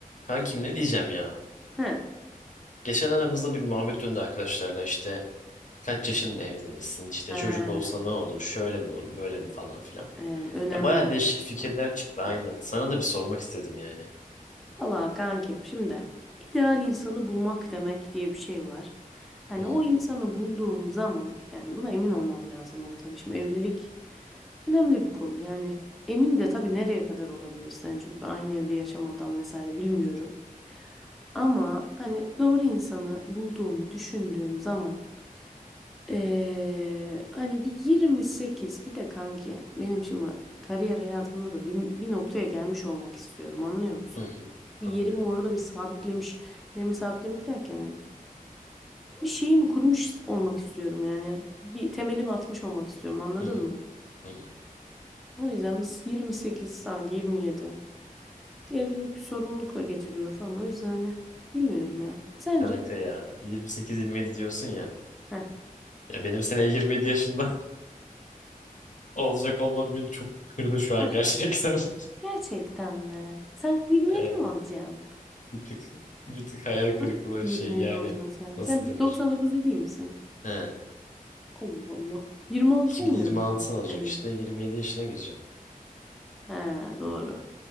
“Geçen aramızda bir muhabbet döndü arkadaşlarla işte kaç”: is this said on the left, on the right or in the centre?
Left